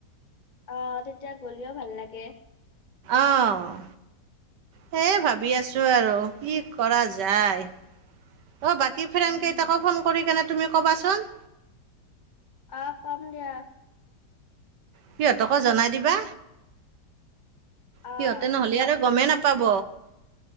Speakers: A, on the left (about 30°); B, on the right (about 75°).
A: অ' তেতিয়া গ'লেও ভাল লাগে।
B: অ' সেয়ে ভাবি আছোঁ আৰু কি কৰা যায়। অ' বাকী ফ্ৰেণ্ড
A: উম
B: কেইটাকো ফোন কৰি কেনে তুমি ক'বাচোন।
A: অ' ক'ম দিয়া।
B: সিহঁতকো জনাই দিবা।
A: আহ
B: সিহঁতে নহ'লে আৰু গমেই নাপ পাব